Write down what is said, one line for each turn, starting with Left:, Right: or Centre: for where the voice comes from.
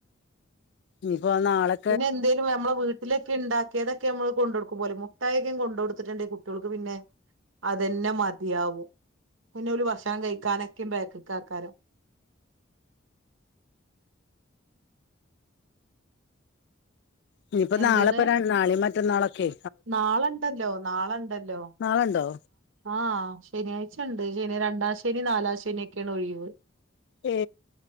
Left: ഇനി പോ നാളെ
Right: പിന്നെ എന്തേലും നമ്മളെ വീട്ടിലേ ക്ക് ഇണ്ടാക്കിയതൊക്കെ നമ്മള് കൊണ്ടൊടുക്കും പോലെ മുഠായി ഒക്കെ ഞാൻ കൊണ്ടൊടുത്തിട്ടുണ്ടെ കുട്ടികൾക്ക് പിന്നെ അതന്നെ മതിയാവും പിന്നെ ഓല് ഭക്ഷണം കഴിക്കാനൊക്കെ ബേക്ക്ക്ക് ആക്കാരും
Left: ഇനിയിപ്പോ
Right: എന്ത്ന്ന്
Left: നാളെപ്പ നാളെയും മറ്റന്നാളൊക്കെ
Right: നാളെ ഇണ്ടല്ലോ നാളെ ഇണ്ടല്ലോ
Left: നാളെ ഇണ്ടോ
Right: ആഹ് ശനിയാഴ്ച ഇണ്ട് ശനി രണ്ടാശ നി നാലാം ശനിയൊക്കെയാണ് ഒഴിവ്
Left: ഏ